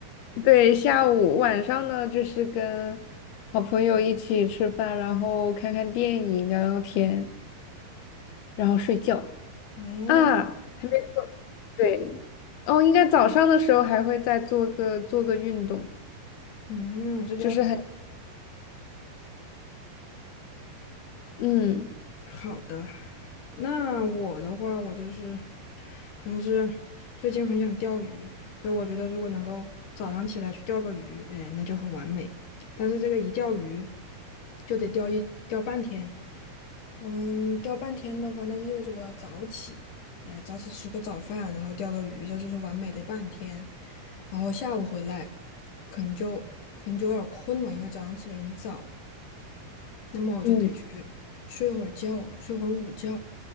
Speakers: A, on the left; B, on the left.
A: 对下午晚上呢，就是跟好朋友一起吃饭，然后看看电影、聊聊天，然后睡觉
B: 嗯
A: 啊，还没做。对，哦，应该早上的时候还会再做个做个运动，
B: 嗯，这就
A: 就是很嗯
B: 好的。那我的话，我就是可能是最近很想钓鱼，所以我觉得如果能够早上起来去钓个鱼，哎，那就很完美。但是这个一钓鱼就得钓一钓半天，嗯，钓半天的话，那就意味着我要早起，哎，早起吃个早饭，然后钓个鱼，这就是完美的半天。然后下午回来，可能就可能就有点儿困了，因为早上起得很早。那么我就得去睡会儿觉，
A: 嗯，
B: 睡会儿午觉